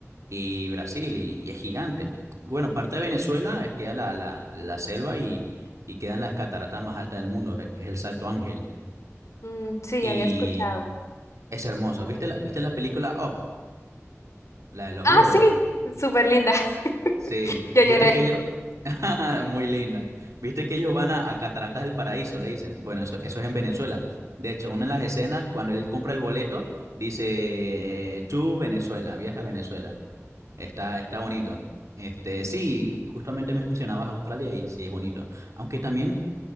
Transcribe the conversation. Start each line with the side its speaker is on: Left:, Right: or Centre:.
Right: y Brasil, y, y es gigante. Bueno, parte de Venezuela es que la, la, la selva y, y quedan las cataratas más altas del mundo, que es el Salto Ángel.
Left: Mm, sí,
Right: Y
Left: había escuchado.
Right: es hermoso. ¿Viste la, viste la película Up, la de los
Left: Ah,
Right: globos?
Left: sí, súper linda. <laughs>
Right: Sí,
Left: Yo
Right: viste
Left: lloré.
Right: que ellos... <laughs> Muy linda. ¿Viste que ellos van a, a Cataratas del Paraíso? Le dicen. Bueno, eso, eso es en Venezuela. De hecho, una de las escenas, cuando él compra el boleto, dice, eh, tú Venezuela, viaja a Venezuela. Está, está bonito. Este, sí, justamente mencionabas Australia y sí es bonito. Aunque también